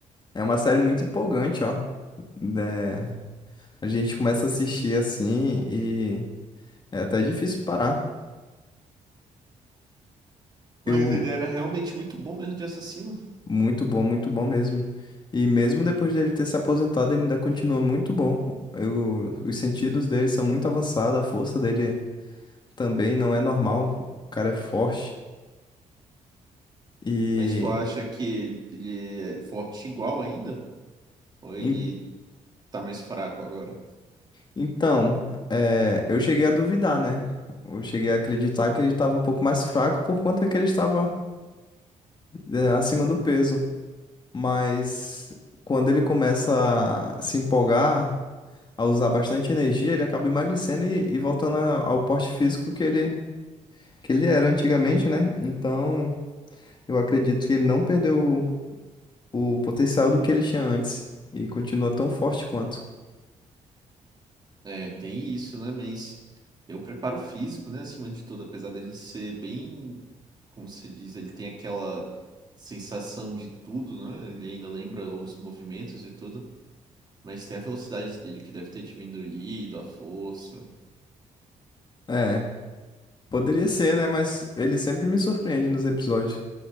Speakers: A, on the left; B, on the right.
A: É uma série muito empolgante, ó. né? A gente começa a assistir assim e é até difícil parar.
B: Mas
A: Eu,
B: ele era realmente muito bom mesmo de assassino.
A: muito bom, muito bom mesmo. E mesmo depois dele ter se aposentado, ele ainda continua muito bom. Eu, os sentidos dele são muito avançados, a força dele também não é normal. O cara é forte. E
B: Mas tu acha que ele ele é forte igual ainda? Ou ele
A: en-
B: tá mais fraco agora?
A: então, é, eu cheguei a duvidar, né? Eu cheguei a acreditar que ele estava um pouco mais fraco por conta que ele estava é, acima do peso. mas quando ele começa a se empolgar, a usar bastante energia, ele acaba emagrecendo e, e voltando a- ao porte físico que ele, que ele era antigamente, né? Então, eu acredito que ele não perdeu o, o potencial do que ele tinha antes e continua tão forte quanto.
B: É, tem isso, né? Mas eu preparo físico, né? Acima de tudo, apesar dele ser bem, como se diz, ele tem aquela sensação de tudo, né? Ele ainda lembra os movimentos e tudo. Mas tem a velocidade dele que deve ter diminuído, a força.
A: É, poderia ser, né? Mas ele sempre me surpreende nos episódios.